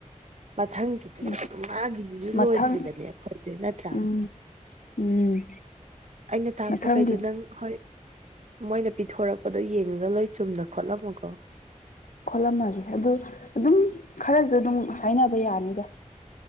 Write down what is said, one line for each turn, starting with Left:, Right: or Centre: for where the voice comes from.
Right: ꯃꯊꯪꯒꯤꯗꯨꯗ
Left: ꯎꯝ
Right: ꯑꯗꯨꯝ ꯃꯥꯒꯤꯁꯤꯁꯨ
Left: ꯃꯊꯪ
Right: ꯂꯣꯏꯗ꯭ꯔꯤꯕꯅꯦ ꯑꯩꯈꯣꯏꯁꯦ ꯅꯠꯇ꯭ꯔꯥ
Left: ꯎꯝ ꯎꯝ
Right: ꯑꯩꯅ ꯇꯥꯛꯄꯈꯩꯗꯣ
Left: ꯃꯊꯪꯒꯤ
Right: ꯅꯪ ꯍꯣꯏ ꯃꯣꯏꯅ ꯄꯤꯊꯣꯔꯛꯄꯗꯣ ꯌꯦꯡꯉꯒ ꯂꯣꯏ ꯆꯨꯝꯅ ꯈꯣꯠꯂꯝꯃꯨꯀꯣ
Left: ꯈꯣꯠꯂꯝꯃꯒꯦ ꯑꯗ ꯑꯗꯨꯝ ꯈꯔꯁꯨ ꯑꯗꯨꯝ ꯍꯥꯏꯅꯕ ꯌꯥꯅꯤꯗ